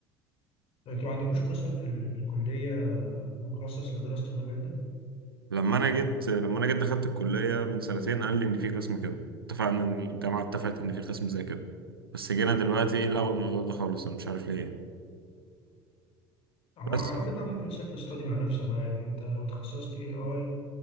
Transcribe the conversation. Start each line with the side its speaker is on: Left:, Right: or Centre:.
Left: طب انتوا ما عندكوش قسم في ال... في الكلية مخصص لدراسة المجال ده
Right: لما انا جيت لما انا جيت دخلت الكلية من سنتين قال لي ان في قسم كده اتفقنا إن الجامعة اتفقت ان في قسم زي كده بس جينا دلوقتي لغوا
Left: اه
Right: الموضوع ده خالص انا مش عارف ليه يعني.
Left: هو
Right: بس
Left: اعتقد
Right: ف-
Left: بقى ممكن سيلف ستادي مع نفسك بقى يعني انت لو تخصصت اي اي